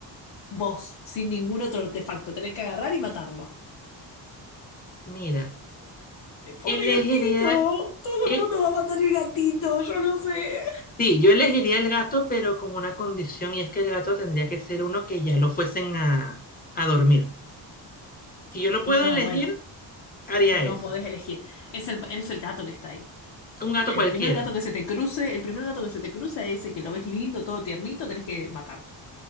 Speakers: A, on the left; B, on the left.
A: Vos, sin ningún otro artefacto. Tenés que agarrar y matarlo.
B: mira,
A: ¡Ay, pobre
B: elegiría,
A: gatito! Todo
B: eh,
A: el mundo va a matar el gatito, yo no sé.
B: sí, yo elegiría el gato, pero con una condición, y es que el gato tendría que ser uno que ya lo fuesen a, a dormir. Si yo lo
A: No,
B: puedo elegir,
A: bueno,
B: haría
A: no
B: eso.
A: podés elegir. Es el, es el gato que está ahí.
B: Un gato
A: El
B: cualquiera.
A: primer gato que se te cruce, el primer gato que se te cruza es ese que lo ves lindo, todo tiernito, tenés que matarlo.